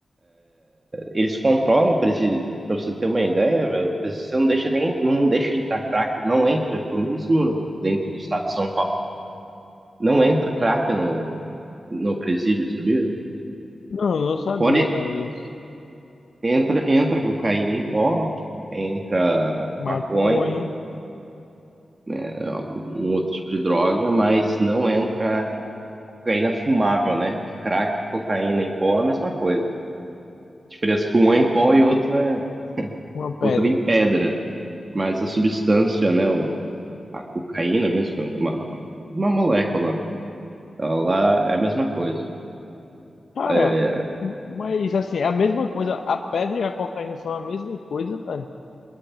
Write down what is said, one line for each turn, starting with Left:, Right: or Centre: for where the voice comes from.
Right: Eles controlam o presídio. Pra você ter uma ideia, velho, o PCC não deixa nem, não deixa entrar crack, não entra, pelo menos no, dentro do estado de São Paulo, não entra crack no, no presídio, sabia?
Left: Não, eu não sabia,
Right: Pode,
Left: cara, disso.
Right: entra, entra cocaína em pó, entra maconha,
Left: Maconha,
Right: né, um outro tipo de droga, mas não entra cocaína fumável, né? Que Crack, cocaína em pó é a mesma coisa. A diferença é que um é em pó e outro é,
Left: uma pedra.
Right: outro é em pedra, mas a substância, né, o- a cocaína mesmo, que é uma, uma molécula, né, ela é a mesma coisa.
Left: Cara,
Right: É,
Left: mas assim, é a mesma coisa. A pedra e a cocaína são a mesma coisa, cara.